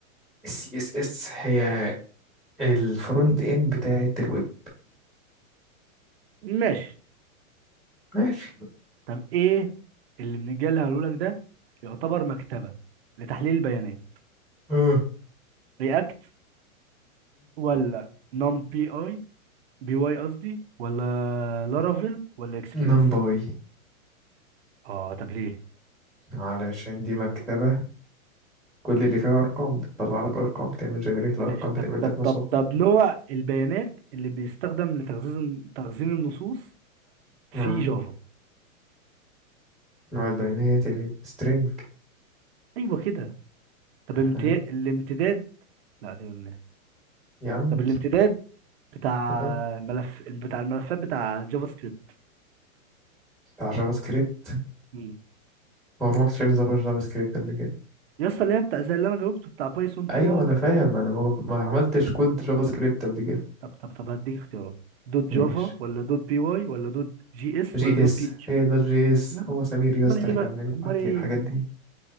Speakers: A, in the centre; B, on the right.
A: السي اس اس هي الفرونت اند بتاعة الويب
B: ماشي
A: ماشي
B: طب ايه اللي من الجيل اللي هقوله لك ده يعتبر مكتبه لتحليل البيانات
A: اه
B: رياكت ولا نم بي اي بي واي قصدي ولا لارافيل ولا اكسبريس
A: نمباي
B: اه طب ليه
A: علشان دي مكتبة كل اللي فيها أرقام بتطلع لك أرقام بتعمل جنريت الأرقام
B: ماشي
A: بتعمل
B: طب طب
A: لك مسحوق
B: طب طب نوع البيانات اللي بيستخدم لتخزين تخزين النصوص في
A: آه.
B: جافا
A: نوع البيانات السترينج
B: ايوه كده طب
A: أها.
B: امتي... الامتداد لا دي قلناها
A: يا عم
B: طب الامتداد بتاع
A: آه،
B: ملف بتاع الملفات بتاع جافا سكريبت
A: بتاع جافا سكريبت
B: مم.
A: هو ما كنتش فاهم جافا سكريبت قبل كده
B: يا اسطى اللي هي بتاع زي اللي انا جاوبته بتاع بايثون بي
A: أيوة
B: واي
A: أنا فاهم أنا ما ما عملتش كود جافا سكريبت قبل كده
B: طب طب طب هديك اختيارات دوت جافا
A: ماشي
B: ولا دوت بي واي ولا دوت جي اس
A: جي
B: ولا دوت
A: اس
B: بي اتش
A: هي
B: بي
A: ده جي اس
B: يبقى طب
A: هو سمير يا
B: امال
A: اسطى اللي
B: ايه بقى
A: كان بيبعت
B: امال ايه
A: لي الحاجات دي